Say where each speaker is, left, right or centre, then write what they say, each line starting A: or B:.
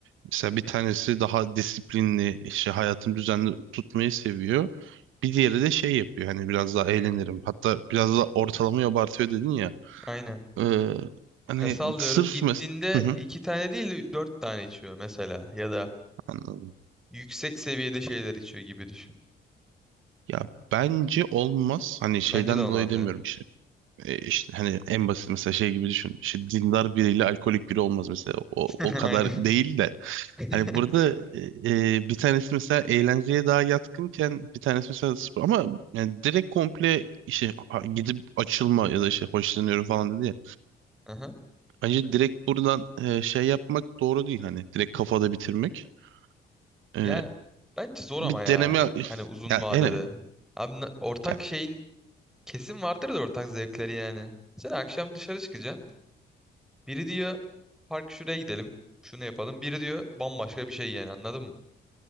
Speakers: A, on the right; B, in the centre.
A: mesela bir tanesi daha disiplinli, işte hayatını düzenli tutmayı seviyor. Bir diğeri de şey yapıyor. Hani biraz daha eğlenirim. Hatta biraz da ortalamayı abartıyor dedin ya.
B: aynen.
A: E, hani
B: Ya sallıyorum
A: sırf
B: gittiğinde
A: mes- Hı hı,
B: iki tane değil de dört tane içiyor mesela ya da
A: anladım.
B: yüksek seviyede şeyler içiyor gibi düşün.
A: Ya bence olmaz. Hani şeyden
B: Bence de olmaz
A: dolayı demiyorum
B: yani.
A: işte. E, işte hani en basit mesela şey gibi düşün. İşte dindar biriyle alkolik biri olmaz mesela. O,
B: <laughs>
A: o kadar
B: Aynen.
A: değil de.
B: <laughs>
A: Hani burada e, e, bir tanesi mesela eğlenceye daha yatkınken bir tanesi mesela spor. Ama yani direkt komple işte a- gidip açılma ya da işte hoşlanıyorum falan dedi ya.
B: Aha.
A: Bence direkt buradan e, şey yapmak doğru değil. Hani direkt kafada bitirmek. E,
B: Yani bence zor
A: bir
B: ama ya.
A: deneme
B: Hani uzun
A: ya,
B: vadede.
A: yani
B: Abi na- ortak
A: ya,
B: şeyin kesin vardır da ortak zevkleri yani. Sen akşam dışarı çıkacaksın. Biri diyor park şuraya gidelim. Şunu yapalım. Biri diyor bambaşka bir şey yani anladın mı?